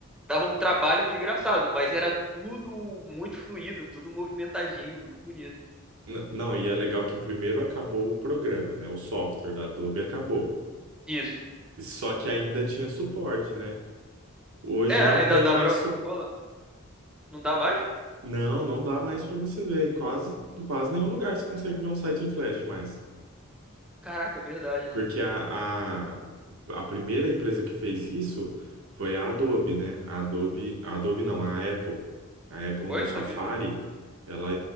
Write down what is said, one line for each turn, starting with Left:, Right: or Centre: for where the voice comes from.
Centre: Dava um trabalho desgraçado, mas era tudo muito fluido, tudo movimentadinho, muito bonito.
Right: N- Não, e é legal que primeiro acabou o programa, né? O software da Adobe acabou.
Centre: Isso.
Right: Só que ainda tinha suporte, né? Hoje
Centre: É,
Right: não
Centre: ainda
Right: tem
Centre: dá
Right: mais
Centre: pra
Right: su...
Centre: rolar. Não dá mais?
Right: Não, não dá mais para você ver. Em Quase, quase nenhum lugar você consegue ver um site em Flash mais.
Centre: Caraca, é verdade, né?
Right: Porque a, a, a primeira empresa que fez isso foi a Adobe, né? A Adobe, a Adobe não, a Apple. A Apple
Centre: Oi,
Right: no
Centre: não
Right: Safari,
Centre: sabia.
Right: ela